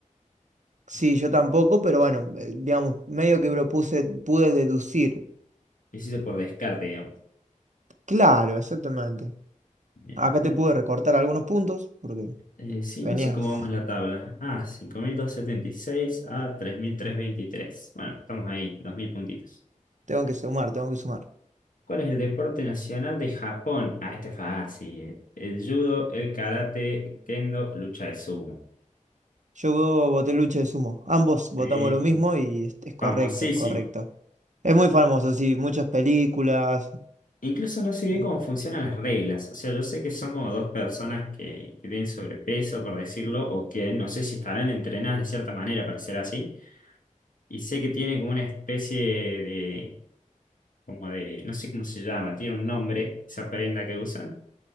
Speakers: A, on the right; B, on the left.
A: sí, yo tampoco, pero bueno, eh, digamos, medio que propuse, pude deducir.
B: lo hice por descarte, digamos.
A: Claro, exactamente.
B: Bien,
A: Acá
B: a ver.
A: te pude recortar algunos puntos porque
B: Eh, sí,
A: venías,
B: no sé cómo vamos en la tabla. Ah, 5.276 a 3.323. Bueno, estamos ahí, 2.000 puntitos.
A: tengo que sumar, tengo que sumar.
B: ¿Cuál es el deporte nacional de Japón? Ah, este es fácil. El judo, el karate, kendo, lucha de sumo.
A: Yo voté lucha de sumo. Ambos votamos
B: Eh,
A: lo mismo y es es correcto,
B: famosísimo.
A: es correcto. Es muy famoso, sí, muchas películas.
B: Incluso no sé bien
A: eh,
B: cómo funcionan las reglas. O sea, yo sé que son como dos personas que, que tienen sobrepeso, por decirlo, o que no sé si estarán entrenadas de cierta manera para ser así. Y sé que tienen como una especie de, como de, no sé cómo se llama, tiene un nombre, esa prenda que usan.